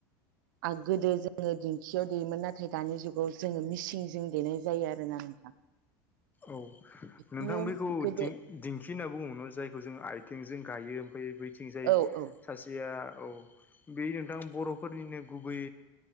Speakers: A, on the right (about 80°); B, on the left (about 15°).
A: आग गोदो जोङो दिंखियाव देयोमोन। नाथाय दानि जुगाव जोङो मिसिंजों देनाय जायो आरोना नोंथां। <inaudible>
B: औ नोंथां
A: बिदिनो
B: बेखौ
A: गोदो
B: दिन दिंखि होनना बुङोमोन जायखौ जोङो आयथेंजों गायो ओमफाय बैथिंजाय
A: औ औ
B: सासेया औ बे नोंथां बर'फोरनिनो गुबै